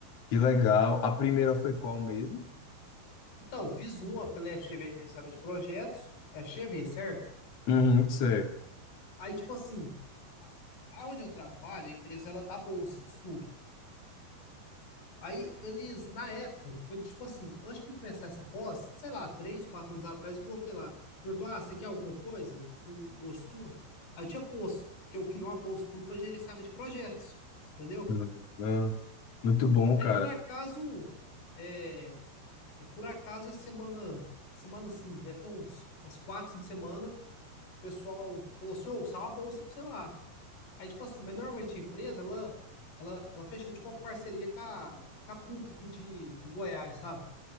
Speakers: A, on the left (about 45°); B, on the left (about 70°).
A: Que legal. A primeira foi qual mesmo?
B: Então, fiz uma pela FGV Gerenciamento de Projetos, FGV, certo?
A: Uhum, sei.
B: Aí, tipo assim, a- aonde eu trabalho, a empresa ela dá bolsa de estudo. Aí eles, na época, foi tipo assim, antes de começar essa pós, sei lá, três, quatro anos atrás, eu coloquei lá, perguntou, ah, você quer alguma coisa com bolsa de estudo? Aí eu tinha posto, que eu queria uma bolsa de estudo para gerenciamento de projetos, entendeu?
A: Uhum. Muito bom,
B: Aí
A: cara.
B: por acaso, é, é por acaso, essa semana, semana assim, deve ter uns, umas quatro, cinco semanas, o pessoal falou assim, ô, sal a bolsa pra você lá. Aí, tipo assim, mas normalmente a empresa, ela, ela, ela fechou, tipo, uma parceria com a, com a PUC aqui de, do Goiás, sabe?